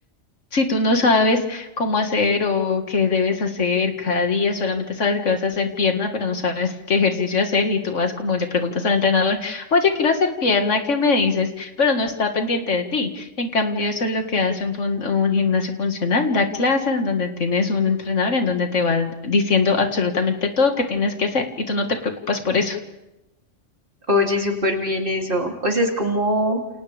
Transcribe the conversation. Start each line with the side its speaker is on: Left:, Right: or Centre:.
Left: si tú no sabes cómo hacer o qué debes hacer cada día, solamente sabes que vas a hacer pierna, pero no sabes qué ejercicio hacer y tú vas como le preguntas al entrenador, oye, quiero hacer pierna, ¿qué me dices? Pero no está pendiente de ti. En cambio, eso es lo que hace un, fun- un gimnasio funcional, da clases en donde tienes un entrenador en donde te va diciendo absolutamente todo que tienes que hacer y tú no te preocupas por eso.
Right: Oye, súper bien eso. O sea, es como,